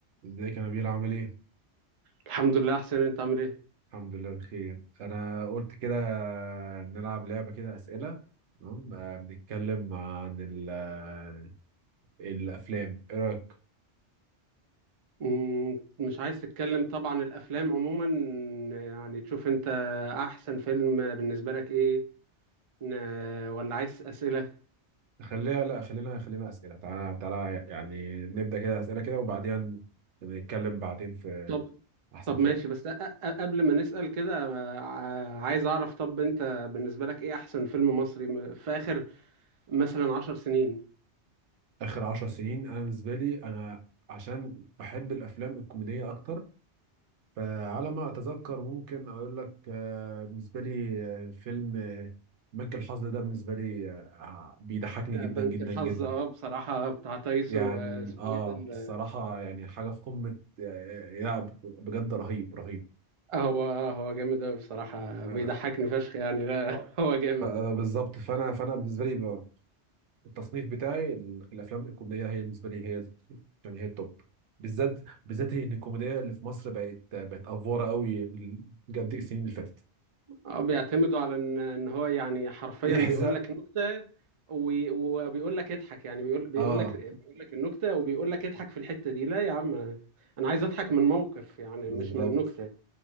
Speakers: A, on the right (about 85°); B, on the right (about 40°).
A: ازيك يا نبيل عامل ايه؟
B: الحمد لله احسن انت عامل ايه
A: الحمد لله بخير انا قلت كده نلعب لعبة كده اسئلة تمام آه، بنتكلم عن ال- آه، الافلام ايه رأيك؟
B: مم، مش عايز تتكلم طبعا الافلام عموما يعني تشوف انت احسن فيلم بالنسبه لك ايه ن- ولا عايز اسئله
A: خليها لا خلينا خلينا اسئلة تعالى تعالى يعني نبدأ كده اسئلة كده وبعدين بنتكلم بعدين في
B: طب
A: احسن
B: طب
A: فيلم
B: ماشي بس أ- أ- قبل ما نسال كده ع- عايز اعرف طب انت بالنسبه لك ايه احسن فيلم مصري م- في اخر مثلا عشر سنين
A: اخر عشر سنين انا بالنسبة لي انا عشان بحب الافلام الكوميدية اكتر فعلى ما أتذكر ممكن أقول لك آه، بالنسبة لي آه، فيلم آه، بنك الحظ ده بالنسبة لي آه، آه، بيضحكني
B: آه،
A: جدا
B: بنك
A: جدا
B: الحظ
A: جدا
B: اه بصراحه بتاع تايسون
A: يعني
B: واسمه
A: آه
B: ايه ده ال-
A: الصراحة يعني حاجة في قمة آه، لا بجد رهيب رهيب
B: هو هو جامد أوي بصراحه بيضحكني
A: آه
B: فشخ يعني لا
A: آه.
B: <laughs> هو جامد
A: ف- آه، بالظبط فأنا فأنا بالنسبة لي ب- التصنيف بتاعي ال- الأفلام الكوميدية هي بالنسبة لي هي يعني هي التوب بالذات بالذات إن الكوميديا اللي في مصر بقت بقت أفورة قوي ال- بجد السنين اللي فاتت
B: اه بيعتمدوا على ان ان هو يعني حرفيا
A: يحزق
B: بيقول لك نكته وي- وبيقول لك اضحك يعني بيقول بيقول
A: آه
B: لك بيقول لك النكته وبيقول لك اضحك في الحته دي لا يا عم انا أنا عايز اضحك من موقف يعني
A: بالظبط
B: مش من نكته